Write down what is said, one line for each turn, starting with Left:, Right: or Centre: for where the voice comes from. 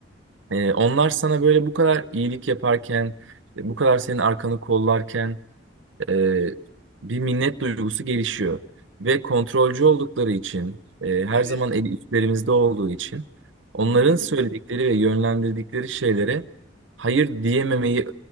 Right: Ee, onlar sana böyle bu kadar iyilik yaparken, bu kadar senin arkanı kollarken e, bir minnet duygusu gelişiyor. Ve kontrolcü oldukları için, e, her
Left: Evet.
Right: zaman eli üstlerimizde olduğu için onların
Left: Hı hı,
Right: söyledikleri ve yönlendirdikleri şeylere hayır diyememeyi